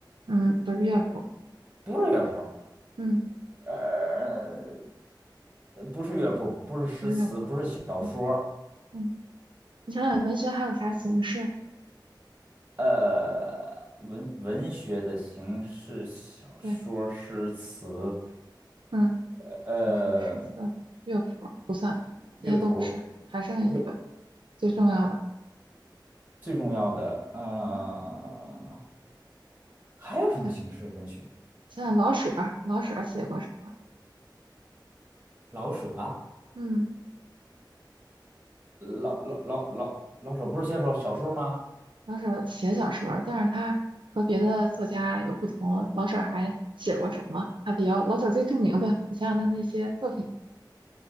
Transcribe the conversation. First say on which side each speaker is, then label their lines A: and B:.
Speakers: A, on the right (about 80°); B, on the right (about 20°).
A: 嗯，不是乐府，
B: 不是乐谱，
A: 嗯，
B: 呃，不是乐谱，不是诗词，
A: 不是乐府，
B: 不是小说儿，
A: 对，嗯，你想想文学还有啥形式？
B: 呃，文文学的形式，小说儿、
A: 对，
B: 诗词，
A: 嗯，
B: 呃，
A: 小说、诗词、乐府
B: 乐谱儿，
A: 这些都不是，还剩一个
B: 乐
A: 最重要的，
B: 最重要的，呃，
A: 嗯，
B: 还有什么形式文学？
A: 对，想想老舍儿老舍儿写过什么？
B: 老舍啊，
A: 嗯，
B: 老老老老老舍不是写首小说吗？
A: 老舍写小说儿但是他和别的作家有不同，老舍还写过什么？他比较，老舍最著名的，你想想他那些作品。